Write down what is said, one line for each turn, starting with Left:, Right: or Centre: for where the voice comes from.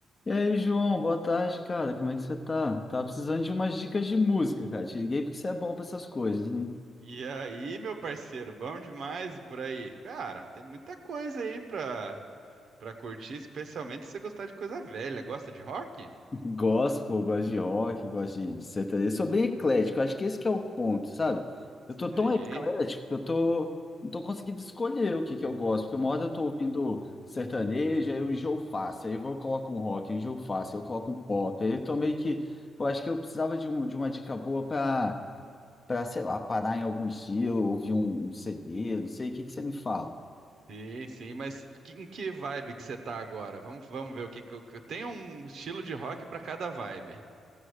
Left: E aí, João, boa tarde, cara. Como é que você tá? Tava precisando de umas dicas de música, cara. Te liguei porque você é bom pra essas coisas, né?
Right: E aí, meu parceiro, bom demais e por aí? Cara, tem muita coisa aí pra, pra curtir, especialmente se você gostar de coisa velha. Gosta de rock?
Left: <laughs> Gospel, gosto de rock, gosto de, de sertanejo. sou bem eclético, acho que esse que é o ponto, sabe? Eu tô tão
Right: Sim,
Left: eclético que eu tô, não tô conseguindo escolher o que que eu gosto, porque uma hora eu tô ouvindo sertanejo, aí eu enjoo fácil, aí eu vou, coloco um rock, eu enjoo fácil, aí eu coloco um pop, aí eu tô meio que, eu acho que eu precisava de, um, de uma dica boa pra para, sei lá, parar em alguns dias, ouvir um, um CD, não sei, o que que você me fala?
Right: sim, sim, mas que- em que vibe que você tá agora? Vamos, vamos ver o que, que eu- que eu- Tem um estilo de rock pra cada vibe.